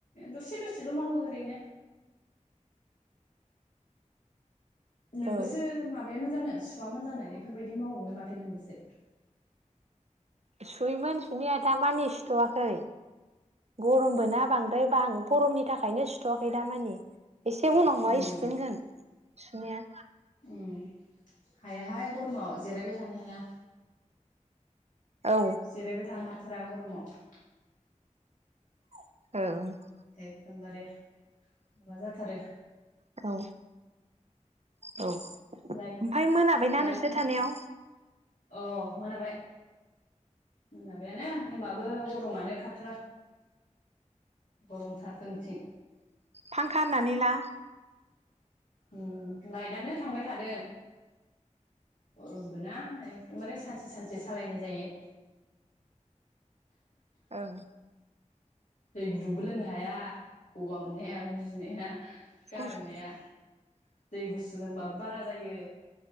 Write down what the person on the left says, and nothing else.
दसे दसेल' मावो ओरैनो नोंबोसो
माबायामोन जानो सुवामोन जानाय बेफोरबायदि मावोमोन माथो नोंबोसो
उम
उम हायाहाय गरमाव जिरायबाय थानो हाया
जिरायबाय थानो हाथारा गरमाव
एकदमबारे माबा जाथारो
लाइट
लाइटफोर
अ मोनाबाय मोनाबायानो होनबाबो गरमानो खाथि गरमथार जोंथिं
ओ लाइटआनो थांबाय थादों गरमबो ना एखदमबारे सानसे सानसे सालायनाय जायो।
दै गुदुंबो लोंनो हाया गगा मोननाया गुजुनाया। गारमाया
दै गुसु लोंबाबो बारा जायो